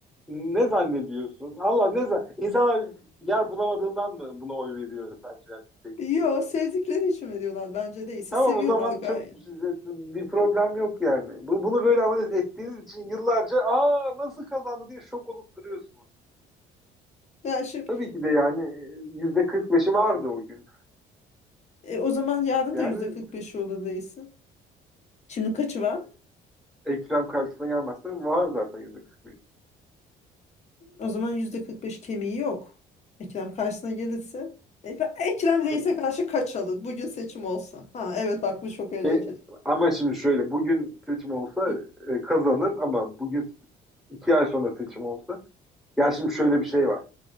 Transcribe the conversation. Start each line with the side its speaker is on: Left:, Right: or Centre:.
Centre: ne zannediyorsun? Allah ne zan İnsanlar yer bulamadığından mı buna oy veriyor sence? Yani %52
Left: Yo
Centre: oy alıyor.
Left: sevdikleri için veriyorlar bence değilse
Centre: E tamam
Left: seviyorlar
Centre: o zaman
Left: gayet.
Centre: çok bir problem yok yani. Bu, bunu böyle analiz ettiğiniz için yıllarca aa nasıl kazandı diye şok olup duruyorsunuz.
Left: Ya şimdi
Centre: Tabii ki de yani yüzde kırk beşi vardı o gün.
Left: e, o zaman
Centre: Yetmişti
Left: yarın
Centre: Yani,
Left: da yüzde 45'i olur değilse. Şimdi kaçı
Centre: yani
Left: var?
Centre: Ekrem karşısına gelmezse var zaten %45.
Left: O zaman yüzde 45 kemiği yok. Ekrem karşısına gelirse. E, Ekrem Reis'e
Centre: E,
Left: karşı kaç alır? Bugün seçim olsa. Ha evet bak bu çok eğlenceli.
Centre: e, ama şimdi şöyle bugün seçim olsa
Left: Bu...
Centre: e, kazanır ama bugün iki ay sonra seçim olsa ya şimdi şöyle bir şey var.